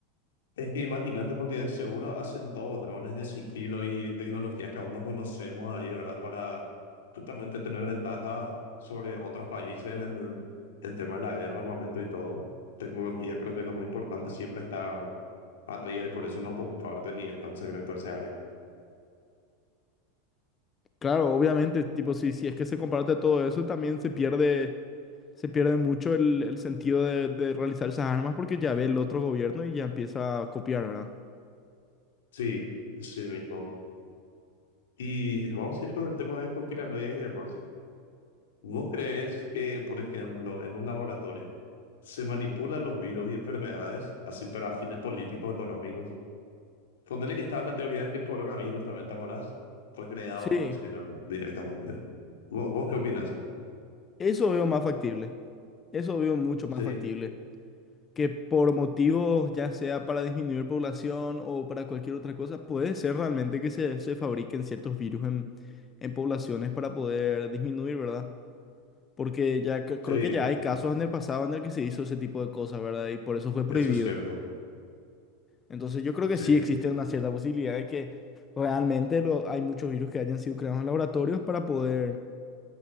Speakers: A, on the left; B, on the left.
A: es que imagínate porque seguro hacen todo drones de sigilo y tecnologías que aún no conocemos ahí, ¿verdad? Para justamente tener ventaja sobre otros países en el, el tema de la guerra, armamento y todo. Tecnología creo que es lo más importante, siempre está arriba y por eso no comparten y es tan secreto ese área.
B: Claro, obviamente, tipo, sí, si es que se comparte todo eso, también se pierde, se pierde mucho el, el sentido de, de realizar esas armas porque ya ve el otro gobierno y ya empieza a copiar, ¿verdad?
A: Sí, sí mismo. Y vamos a ir con el tema de conspiranoias y demás. ¿Vos crees que, por ejemplo, en un laboratorio se manipulan los virus y enfermedades así para fines políticos, o económicos? Ponerle que estaba la teoría de que el coronavirus también, ¿te acordás? Fue creado
B: Sí,
A: por China directamente. ¿Vos, vos qué opinas?
B: eso veo más factible. Eso veo mucho
A: Sí,
B: más factible. que por motivos, ya sea para disminuir población o para cualquier otra cosa, puede ser realmente que se, se fabriquen ciertos virus en, en poblaciones para poder disminuir, ¿verdad? Porque ya cre- creo
A: sí,
B: que ya hay casos en el pasado en el que se hizo ese tipo de cosas, ¿verdad? Y por eso fue
A: eso
B: prohibido.
A: es cierto.
B: Entonces yo creo que
A: Sí,
B: sí existe una cierta posibilidad de que realmente lo, hay muchos virus que hayan sido creados en laboratorios para poder,